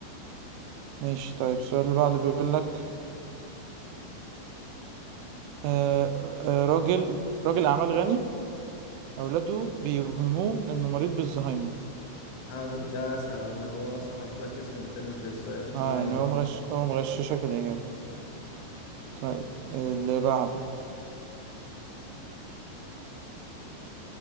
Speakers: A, on the right; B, on the left.
A: ماشي طيب السؤال اللي بعده بيقول لك آه آه آه، راجل راجل أعمال غني أولاده بيوهموه إنه مريض بالزهايمر
B: آه، ده أسهل أهو ده هو أصلا حاطط لك اسم الفيلم في السؤال زهايمر
A: أه يعني هو مغش هو مغششك الإجابة
B: آه، جامد.
A: طيب اللي بعده